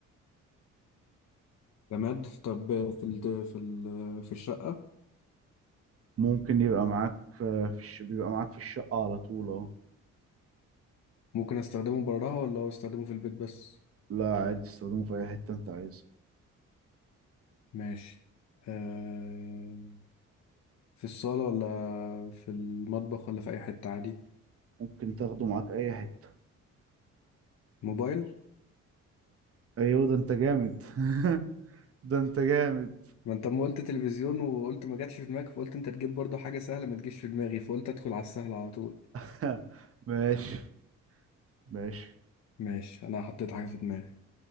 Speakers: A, on the left; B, on the right.
A: جماد طب في ال في ال في الشقة
B: ممكن يبقى معاك في في الش... بيبقى معاك في الشقة على طول اه
A: ممكن استخدمه براها ولا هو استخدمه في البيت بس
B: لا عادي تستخدمه في اي حتة انت عايزها
A: ماشي آه في الصالة ولا في المطبخ ولا في أي حتة عادي
B: ممكن تاخده معاك اي حتة
A: موبايل
B: ايوه ده انت جامد <laughs> ده انت جامد
A: ما انت ما قلت تلفزيون وقلت ما جاتش في دماغك فقلت انت تجيب برضه حاجة سهلة ما تجيش في دماغي فقلت ادخل على السهل على طول
B: <laughs> ماشي ماشي
A: ماشي انا حطيت حاجة في دماغي